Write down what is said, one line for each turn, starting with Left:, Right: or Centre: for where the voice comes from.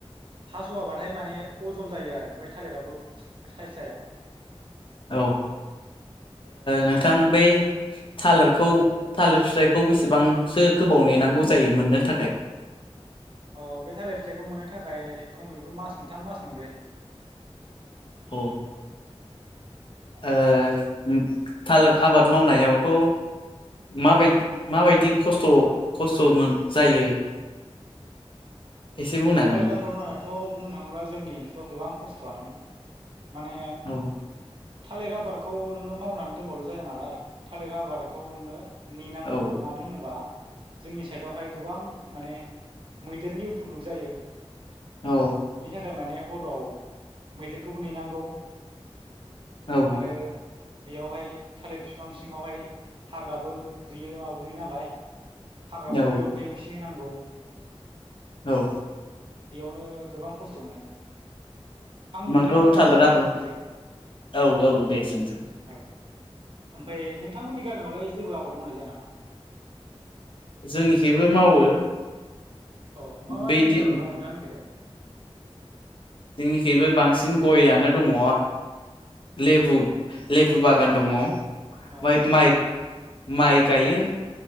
Right: हास'वाबाथाय माने अजन जायो आरो ओमफ्राय थालिराबो साइस जाया।
Left: औ नोंथां बे थालिरखौ थालिर फिथाइखौ बेसेबांसो गोबाव नेनांगौ जायो मोननो थाखाय।
Right: अ बे थालिर फिथाइखौ मोननो थाखाय खमैबो मास मोनथाम मास मोनब्रै।
Left: अ ओ थालिर आबाद मावनायावथ' माबायदि माबायदि खस्थ' खस्थ' मोन जायो।
Right: उ
Left: एसे बुंनो हागोन
Right: थालिरा
Left: नामा
Right: बमायायाथ' बुंनो थाङोब्ला जोंनि गोबां ओनसोलाव गोबां खस्थ'आनो। माने
Left: औ
Right: थालिर आबादखौ नोङो मावनानै दोनबाल' जाया नालाय थालिर आबादखौ नोङो नेनांगौबो
Left: औ
Right: मानो होनोबा जोंनि साइडआवहाय गोबां माने मैदेरनि उफुद्रुब जायो।
Left: <unintelligible>
Right: दा माने हराव मैदेरखौबो नेनांगौ।
Left: औ
Right: आरो बेयावहाय थालिर बिफ बिफां सिङावहाय हाग्राबो दुयो आवदुयो नालाय। हाग्राफोरखौ
Left: औ
Right: एवफाय एवसे होनांगौ।
Left: औ।
Right: बेयावनो गोबां खस्थ' मोनो। आं
Left: होमबाथ'
Right: नोंथांनाव
Left: थालिराबो
Right: मोनसे कुइसन सोंसै
Left: औ औ दे सोंसै
Right: औ। ओमफ्राय नोंथांमोननि गामियावलाय जेबो आबाद मावनाय जाया नामा।
Left: जोंनिखिबो मावो।
Right: अ मा-मा
Left: बिदि
Right: रोखोमनि आबाद मावो नोंथांमोनखिजाय।
Left: जोंनिख्रुइबो बांसिन गयानो दं। लेबु-लेबु बागान दं। <unintelligible>
Right: औ
Left: माइ-माइ गायो